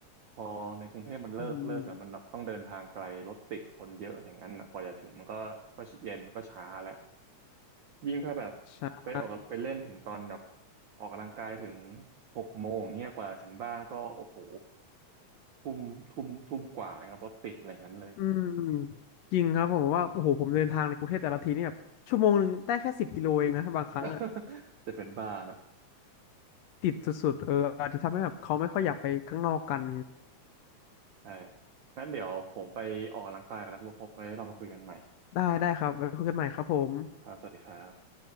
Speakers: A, on the right; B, on the left.
A: พอในกรุงเทพมันเลิกเลิกแล้วมันต้องเดินทางไกลรถติดคนเยอะอย่างนั้นน่ะกว่าจะถึงมันก็ก็เย็นก็ช้าแล้ว
B: อืม
A: ยิ่งถ้าแบบ
B: ๆใช่
A: ไปออกไปเล่นถึงตอนแบบออกกำลังกายถึงหกโมงเนี่ยกว่าถึงบ้านก็โอ้โหทุ่มทุ่มทุ่มกว่านะครับรถติดอะไรอย่างนั้นเลย
B: อืมจริงครับผมว่าโอ้โหผมเดินทางในกรุงเทพแต่ละทีนี่แบบชั่วโมงหนึ่งได้แค่สิบกิโลเองนะบางครั้งอ่ะ
A: <laughs> จะเป็นบ้าเนาะ
B: ติดสุดๆเอออาจจะทำให้แบบเขาไม่ค่อยอยากไปข้างนอกกัน
A: ใช่งั้นเดี๋ยวผมไปออกกำลังกายกันแล้วคุณพบไว้เรามาคุยกันใหม่
B: ได้ได้ครับไว้คุยกันใหม่ครับผม
A: ครับสวัสดีครับ